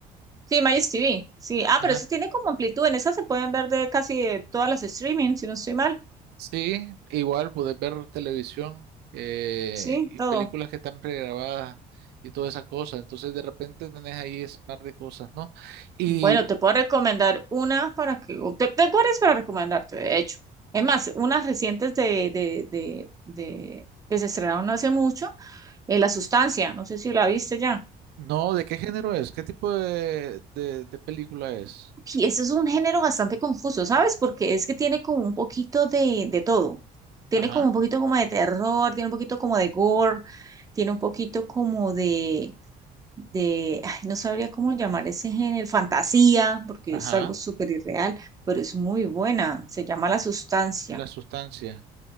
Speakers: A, on the right; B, on the right.
A: Sí, MyTV. Sí. Ah,
B: Ajá.
A: pero eso tiene como amplitud. En esas se pueden ver de casi de todas las streaming, si no estoy mal.
B: Sí, igual puedes ver televisión eh,
A: Sí,
B: y
A: todo.
B: películas que están pregrabadas y todas esas cosas. Entonces, de repente tenés ahí ese par de cosas, ¿no? Y
A: Bueno, te puedo recomendar una para que. o Te, tengo varias para recomendarte, de hecho. Es más, unas recientes de, de, de, de- que se estrenaron no hace mucho. eh, La Sustancia, no sé si la viste ya.
B: no, ¿de qué género es? ¿Qué tipo de, de, de película es?
A: Y ese es un género bastante confuso, ¿sabes? Porque es que tiene como un poquito de, de todo. Tiene
B: Ajá,
A: como un poquito como de terror, tiene un poquito como de gore, tiene un poquito como de, de, ay, no sabría cómo llamar ese género, fantasía, porque
B: ajá.
A: es algo súper irreal, pero es muy buena. Se llama La Sustancia.
B: la sustancia.